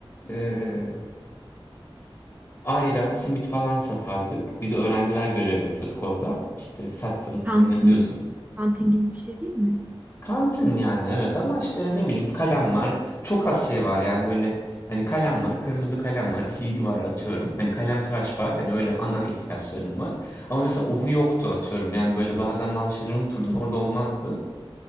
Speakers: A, on the left (about 30°); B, on the right (about 15°).
A: e, ayran, simit falan satardık. Biz öğrenciler görev yapıyorduk orada. İşte sattığını
B: Kantin,
A: yazıyorsun.
B: kantin gibi bir şey değil mi?
A: Kantin yani evet ama işte ne bileyim kalem var. Çok az şey var yani böyle hani kalem var, kırmızı kalem var, silgi var atıyorum. Hani kalem tıraş var. Hani öyle ana ihtiyaçlarım var. Ama mesela uhu yoktu atıyorum. Yani böyle bazen bazı şeyleri unuturdum orada olmazdı.